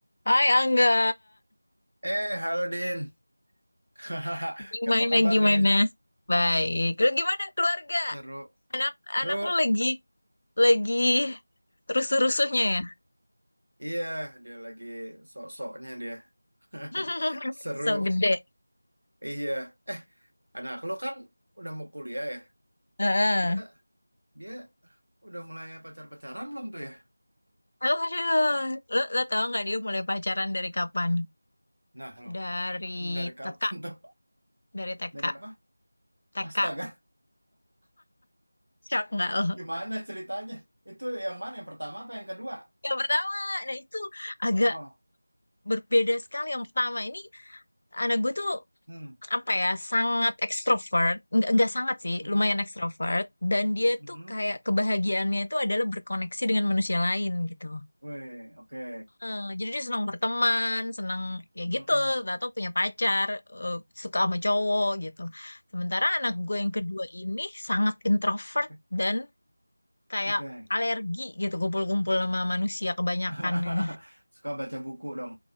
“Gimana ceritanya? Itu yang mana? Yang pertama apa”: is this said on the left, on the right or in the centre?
Right